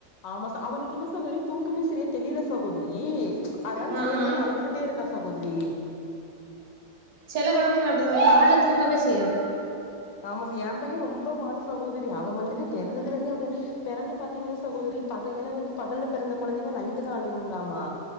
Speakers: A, on the left; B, on the right.
A: ஆமா அவனுக்கு இன்னு சாகோதரி தூக்குமே சரியா தெளியல சாகோதரி அதனால
B: ஆ
A: நய
B: ஆ
A: நயன் அழுதுகட்டு படுத்தே இருக்கா சகோதரி
B: சில குழந்தைங்க அப்படி தா பகல்ல தூங்கவே செய்யாது
A: ஆமா என் பையன் ரொம்ப வாலு சகோதரி அவ வந்துட்டு பிறந்ததுல இருந்தே அவ பிறந்து பாத்தீங்கனா சகோதரி பக ஏன்னா வந்து பகல்ல பிறந்த கொழந்தைங்க நைட்டு தான் அழுகுங்களாமா